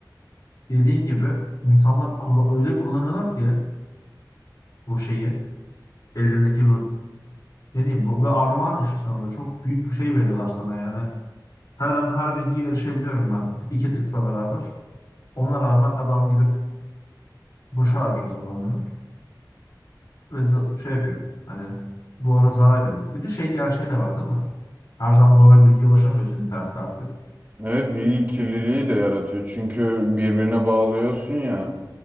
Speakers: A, on the left; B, on the right.
A: dediğin gibi insanlar kulla- öyle kullanıyorlar ki bu şeyi ellerindeki bu ne diyeyim bu bir armağan işi sonunda çok büyük bir şey veriyorlar sana yani her an her bilgiye erişebiliyorum ben iki tıkla beraber ona rağmen adam gidip boşa harcıyor zamanını ve za- şey yapıyor hani bu ona zarar veriyor bir de şey gerçeği de var değil mi her zaman doğru bilgiye ulaşamıyorsun internette artık
B: Evet bilgi kirliliği de yaratıyor. Çünkü birbirine bağlıyorsun ya.